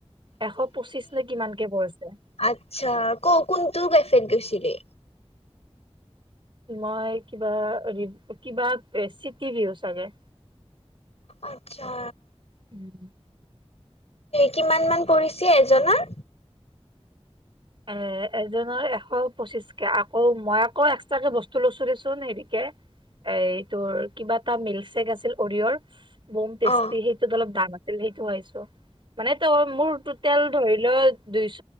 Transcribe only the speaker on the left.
আত্চ্ছা ক কোনটো কেফত গৈছিলি।
আত্চ্ছা।
কিমান মান পৰিছে এজনৰ?
অ